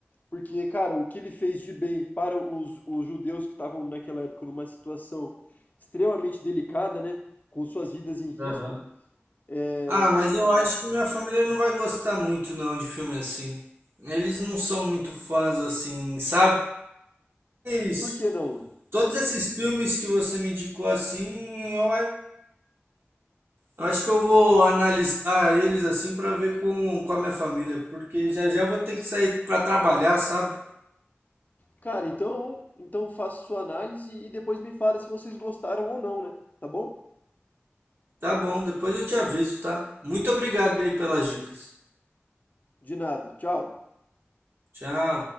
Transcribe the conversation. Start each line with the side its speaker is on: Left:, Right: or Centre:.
Left: Porque, cara, o que ele fez de bem para os, os judeus que estavam naquela época numa situação extremamente delicada, né? Com suas vidas em risco,
Right: Aham.
Left: É,
Right: Ah, mas eu acho que minha família não vai gostar muito não de filme assim. Eles não são muito fãs assim, sabe? Mas
Left: por que não?
Right: todos esses filmes que você me indicou assim, eu a- eu acho que eu vou analisar eles assim pra ver com, com a minha família, porque já já vou ter que sair pra trabalhar, sabe?
Left: Cara, então, então faça sua análise e depois me fala se vocês gostaram ou não, né? Tá bom?
Right: Tá bom, depois eu te aviso, tá? Muito obrigado aí pelas dicas.
Left: De nada. Tchau.
Right: Tchau.